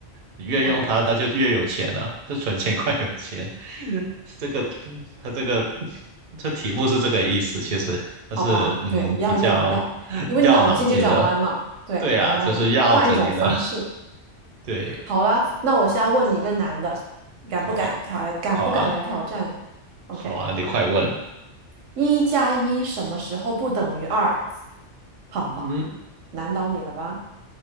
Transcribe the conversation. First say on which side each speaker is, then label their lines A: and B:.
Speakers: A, on the right; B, on the right.
A: 你越用它，
B: 哦，
A: 它就越有钱了、是存钱快有钱。<laughs> 这个，它这个，这题目是这个意思，其实，它是嗯，
B: 好吧，对，要要要，
A: 比较
B: 因为脑筋急转弯嘛，
A: 绕脑筋的。
B: 对，
A: 对啊，
B: 你要换一种方式。
A: 就是绕着你的。对，
B: 好啦，那我现在问你一个难的，敢不敢挑来？
A: 好，
B: 敢不敢来挑战
A: 好啊，
B: ？OK，
A: 好啊，你快问。
B: 一加一什么时候不等于二？好好好，
A: 嗯，
B: 难倒你了吧？